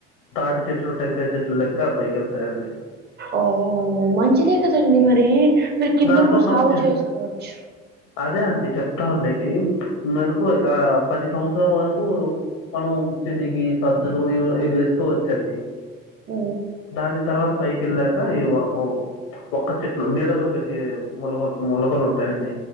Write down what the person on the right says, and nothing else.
ఓ మంచిదే కదండి మరి మీరు కింద
కూడా సాగు
చేసుకోవచ్చు
ఊ